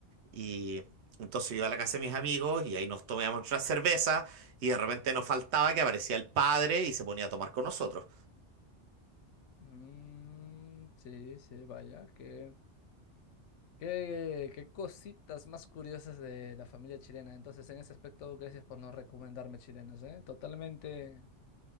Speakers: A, on the right; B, on the left.
A: Y entonces yo iba a la casa de mis amigos y ahí nos tomábamos nuestras cervezas y de repente nos faltaba que aparecía el padre y se ponía a tomar con nosotros.
B: mm, sí, sí, vaya. Qué, qué, qué cositas más curiosas de la familia chilena. Entonces, en ese aspecto, gracias por no recomendarme chilenos, ¿eh? Totalmente.